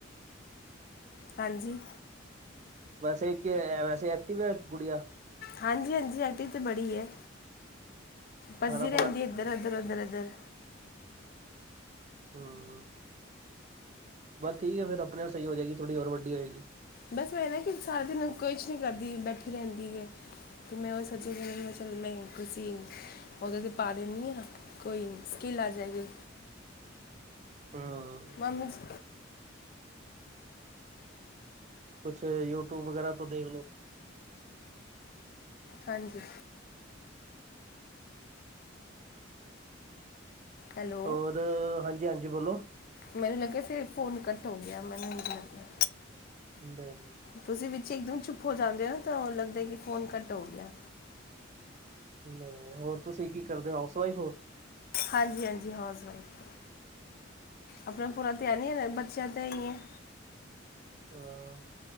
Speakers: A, on the left; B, on the right.
A: ਹਾਂਜੀ।
B: ਵੈਸੇ ਕਿ ਹੋਯਾ, ਵੈਸੇ ਐਕਟੀ ਹੈ ਗੁੜਿਆ।
A: ਹਾਂਜੀ- ਹਾਂਜੀ ਐਕਟਿਵ ਤਾਂ ਬੜੀ ਹੈ। ਭਜਦੀ
B: ਖਾਣਾ
A: ਰਹਿੰਦੀ ਇੱਧਰ- ਉੱਧਰ, ਉੱਧਰ- ਇੱਧਰ
B: ਹਾਂ। ਬਸ ਠੀਕ ਹੈ ਫਿਰ ਆਪ ਸਹੀ ਹੋ ਜਾਏਗੀ ਥੋੜੀ ਹੋਰ ਵੱਡੀ ਹੋਏਗੀ।
A: ਬਸ ਮੈਂ ਨਾ ਕਿ ਸਾਰਾ ਦਿਨ ਕੁਛ ਨਹੀਂ ਕਰਦੀ ਬੈਠੀ ਰਹਿੰਦੀ ਹੈ। ਫਿਰ ਮੈਂ ਉਹ ਸੋਚਿਆ ਮੈਂ ਚਲ ਮੈਂ ਕੁਸੀ ਉਹਦੇ ਤੇ ਪਾ ਦੇਨੀ ਆ ਕੋਈ ਸਕਿੱਲ ਆ ਜਾਏਗੀ।
B: ਹੁੰ
A: ਮੰਮੀ ਜੀ
B: ਕੁਛ ਯੂਟਿਊਬ ਵਗੈਰਾ ਤੋਂ ਦੇਖ ਲੋ
A: ਹਾਂਜੀ ਹੋਲੋ,
B: ਹੋਰ, ਹਾਂਜੀ -ਹਾਂਜੀ ਬੋਲੋ,
A: ਮੈਨੂੰ ਲੱਗਿਆ ਫਿਰ ਫੋਨ ਕੱਟ ਹੋ ਗਿਆ, ਮੈਨੂੰ ਐਜ ਲੱਗਿਆ
B: ਦੇਣ
A: ਤੁਸੀਂ ਵਿੱਚ ਇੱਕਦਮ ਚੁੱਪ ਹੋ ਜਾਂਦੇ ਹੋ, ਤਾਂ ਉਹ ਲੱਗਦਾ ਕਿ ਫੋਨ ਘੱਟ ਹੋ ਗਿਆ।
B: ਹਮ ਹੋਰ ਤੁਸੀਂ ਕੀ ਕਰਦੇ ਹੋ, ਹਾਊਸ ਵਾਈਫ ਹੋ।
A: ਹਾਂਜੀ -ਹਾਂਜੀ ਹਾਉਸ ਵਾਈਫ। ਆਪਣਾ ਪੂਰਾ ਧਿਆਨ ਨਹੀਂ ਹੈ, ਬੱਚਿਆਂ ਤੇ ਈ ਹੈ।
B: ਹਾਂ।